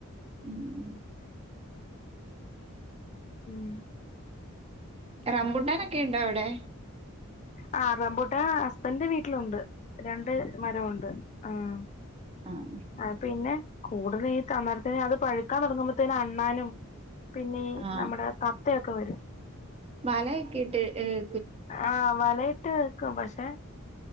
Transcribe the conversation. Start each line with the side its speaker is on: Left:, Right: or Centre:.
Right: ഉം
Left: ഉം
Right: റമ്പുണ്ടാനൊക്കെ ഇണ്ടോ അവിടെ?
Left: ആ റംബൂട്ടാൻ ഹസ്ബൻന്റെ വീട്ടിലുണ്ട് രണ്ട് മരമുണ്ട് ആഹ്
Right: ആഹ്
Left: ആ പിന്നെ കൂടുതൽ ഈ തമരത്തിന് അത് പഴുക്കാൻ തുടങ്ങുമ്പോത്തിനും അണ്ണാനും പിന്നെ
Right: ആ
Left: നമ്മുടെ തത്തയൊക്കെ വരും
Right: വലയൊക്കെട്ട് ഏഹ്
Left: ആഹ് വലയിട്ട് വെക്കും പക്ഷേ